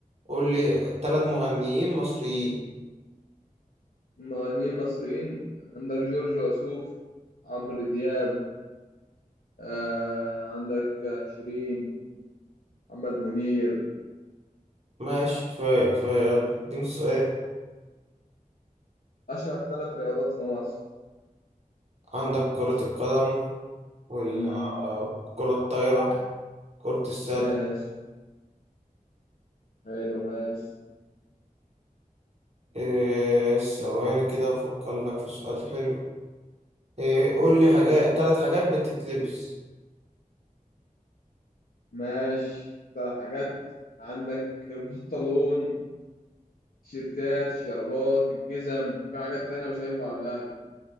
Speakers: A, on the right (about 45°); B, on the left (about 75°).
A: قول لي تلات مغنيين مصريين
B: مغنيين مصريين عندك جورج وسوف عمرو دياب آه عندك شيرين محمد منير
A: ماشي كفاية كفاية يلا اديني السؤال
B: أشهر ثلاث رياضات في مصر
A: عندك كرة القدم والكرة
B: مم.
A: الطايرة كرة السلة
B: ماشي حلو ماشي
A: إيه ثواني كده افكر لك في سؤال حلو إيه قول لي حاجات ثلاث حاجات بتتلبس
B: ماشي ثلاث حاجات عندك البنطلون التيشيرتات الشرابات الجزم وفي حاجات تانية مش هينفع أقولها